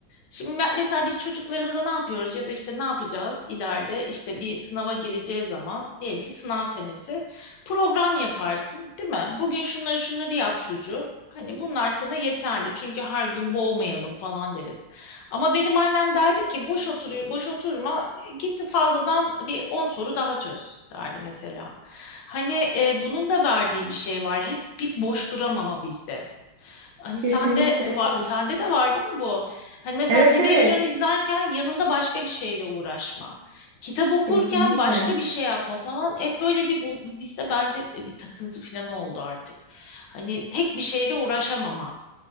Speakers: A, on the left; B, on the right.
A: Şimdi ben- mesela biz çocuklarımıza ne yapıyoruz ya da işte ne yapacağız ileride işte bir sınava gireceği zaman diyelim ki sınav senesi program yaparsın değil mi? Bugün şunları şunları yap çocuğum. Hani bunlar sana yeterli çünkü her gün boğmayalım falan deriz. Ama benim annem derdi ki boş otur boş oturma gitti fazladan bir 10 soru daha çöz derdi mesela. Hani e, bunun da verdiği bir şey var. Hep bir boş duramama bizde. Hani sende
B: Kesinlikle
A: var,
B: evet.
A: sende de var değil mi bu? Hani mesela
B: Evet
A: televizyon
B: evet
A: izlerken yanında başka bir şeyle uğraşma. Kitap okurken
B: kesinlikle.
A: başka bir şey yapma falan. Hep böyle bir bu, bu bizde bence bir takıntı falan oldu artık. Hani tek bir şeyle uğraşamama.